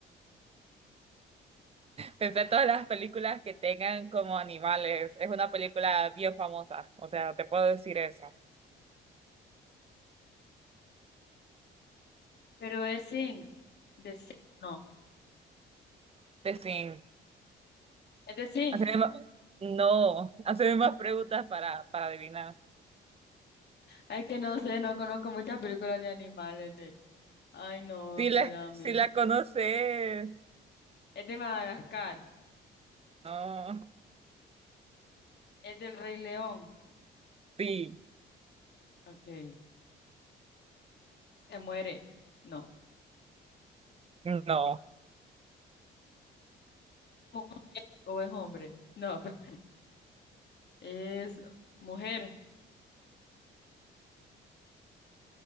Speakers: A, on the right; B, on the left.
A: Pensé en todas las películas que tengan como animales. Es una película bien famosa. O sea, te puedo decir eso.
B: Pero es Sing. De Sing, no.
A: De fin.
B: Es de Sing.
A: Haceme más- No, <laughs> haceme más preguntas para, para adivinar.
B: Es que no sé, no conozco muchas películas de animales de. Ay, no,
A: Si
B: espérame.
A: la, si la conoces.
B: Es de Madagascar.
A: No.
B: Es del Rey León.
A: Sí.
B: Ok. Se muere. No.
A: No.
B: ¿O o es hombre? No, <laughs> espérame. Es mujer.